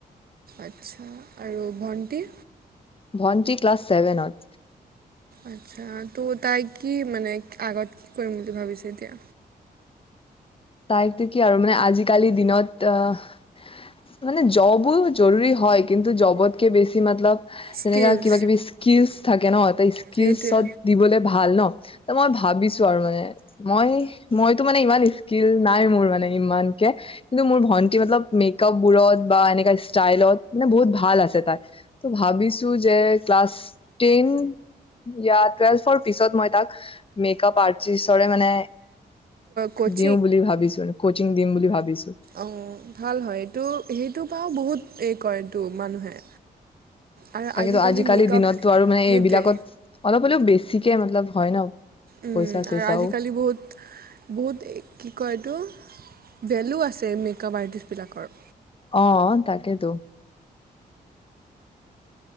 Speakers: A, on the right; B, on the left.
A: আচ্ছা আৰু ভণ্টি?
B: ভন্টি ক্লাছ ছেভেনত।
A: আচ্ছা ত' তাই কি মানে আগত কি কৰিম বুলি ভাবিছে এতিয়া?
B: তাইতো কি আৰু মানে আজিকালিৰ দিনত আহ মানে জবো জৰুৰী হয়, কিন্তু জবতকে বেছি মতলব
A: স্কিলছ
B: তেনেকা কিবা কিবি স্কিলচ থাকে ন। স্কিলছত
A: সেইটোৱে
B: দিবলে ভাল ভাল ন। ত মই ভাবিছো আৰু মানে মই মইতো মানে ইমান স্কিলচ নাই মোৰ মানে। ইমানকে কিন্তু মোৰ ভন্টি মতলব মেকআপ বোৰত বা এনেকুৱা ষ্টাইলত মানে বহুত ভাল আছে তাই ত' ভাবিছো যে ক্লাছ টেন য়া টুৱেলফৰ পিছত মই তাক মেকআপ আৰ্ট আৰ্টিষ্টৰে মানে
A: ক ক
B: দিওঁ বুলি ভাবিছো। কচিং দিম বুলি ভাবিছো।
A: অ ভাল হয় এইটো সেই টো পৰাও বহুত এই কৰেটো, মানুহে। আৰু
B: তাকে
A: আজিকালি
B: টো আজিকালিৰ
A: মেকআপ
B: দিনততো আৰু মানে
A: সেইটোৱে
B: এইবিলাকত অলপ হলেও বেছি বেছিকে মতলব হয় ন।
A: উম
B: পইচা চইচাও
A: আৰু আজিকালি বহুত বহুত কি কয় এইটো ভেলু আছে মেকআপ আৰ্টিষ্টবিলাকৰ।
B: অ তাকেতো।